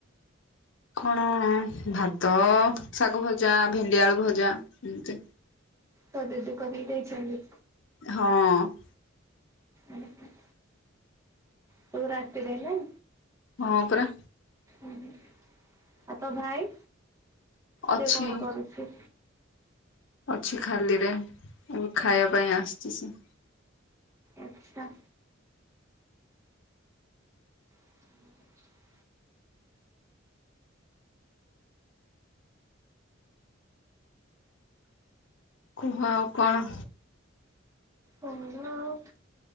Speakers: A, on the left; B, on the right.
A: କଣ ଭାତ ଶାଗ ଭଜା ଭେଣ୍ଡି ଆଳୁ ଭଜା ଏମତି।
B: ତୋ ଦିଦି କରିକି ଯାଇଛନ୍ତି।
A: ହଁ।
B: ଉଁ ହୁଁ। ତୁ ରାତିରେ ନା।
A: ହଁ ପରା।
B: ଉଁ ହୁଁ ଆ ତ ଭାଇ?
A: ଅଛି
B: ସେ କଣ କରୁଛି?
A: ଅଛି ଖାଲିରେ ଏବେ ଖାଇବା ପାଇଁ ଆସିଚି ସିଏ।
B: ଆଛା। <unintelligible>
A: କୁହ ଆଉ କଣ?
B: କଣ ଆଉ?